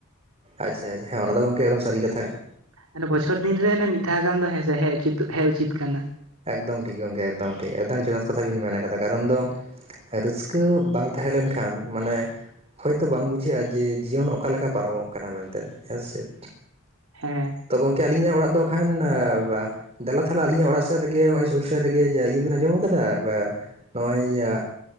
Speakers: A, on the right (about 30°); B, on the right (about 85°).
A: ᱟᱪᱷᱟ ᱟᱪᱷᱟ ᱦᱮᱸ ᱚᱱᱟ ᱫᱚ ᱜᱚᱢᱠᱮ ᱮᱠᱫᱚᱢ ᱥᱟᱹᱨᱤ ᱠᱟᱛᱷᱟ ᱾
B: ᱢᱟᱱᱮ ᱵᱚᱪᱷᱚᱨ ᱫᱤᱱ ᱨᱮ ᱢᱤᱫ ᱫᱷᱟᱣ ᱜᱟᱱ ᱫᱚ ᱦᱮᱸᱥᱮ ᱦᱮᱡ ᱩᱪᱤᱛᱩ ᱦᱮᱡ ᱩᱪᱤᱛ ᱠᱟᱱᱟ ᱾
A: ᱮᱠᱫᱚᱢ ᱴᱷᱤᱠ ᱜᱚᱝᱠᱮ ᱮᱠᱫᱚᱢ ᱴᱷᱤᱠ ᱮᱠᱫᱚᱢ ᱡᱚᱛᱷᱟᱛᱷᱟ ᱵᱤᱱ ᱢᱮᱱ ᱠᱟᱫᱟ ᱠᱟᱨᱚᱱ ᱫᱚ ᱨᱟᱹᱥᱠᱟᱹ ᱵᱟᱝ ᱛᱟᱦᱮᱸ ᱞᱮᱱᱠᱷᱟᱱ ᱢᱟᱱᱮ ᱦᱳᱭᱛᱚ ᱵᱟᱝ ᱵᱩᱡᱷᱟᱹᱜᱼᱟ ᱡᱮ ᱡᱤᱭᱚᱱ ᱚᱠᱟ ᱞᱮᱠᱟ ᱯᱟᱨᱚᱢᱚᱜ ᱠᱟᱱᱟ ᱢᱮᱱᱛᱮᱫ, ᱦᱮᱸ ᱥᱮ ᱪᱮᱫ?
B: ᱦᱮᱸ
A: ᱛᱚ ᱜᱚᱝᱠᱮ ᱟᱹᱞᱤᱧᱟᱜ ᱚᱲᱟᱜ ᱫᱚ ᱮᱠᱷᱟᱱ ᱵᱟ ᱫᱮᱞᱟ ᱛᱦᱟᱞᱮ ᱟᱞᱤᱧᱟᱜ ᱚᱲᱟᱜ ᱥ ᱨᱮᱜᱮ ᱱᱚᱜᱼᱚᱭ ᱥᱩᱨ ᱥᱮᱫ ᱨᱮᱜᱮ ᱤᱭᱟᱹ ᱵᱮᱤᱱ ᱟᱸᱡᱚᱢ ᱠᱟᱫᱟ ᱵᱟ ᱱᱚᱜᱼᱚᱭᱟ᱾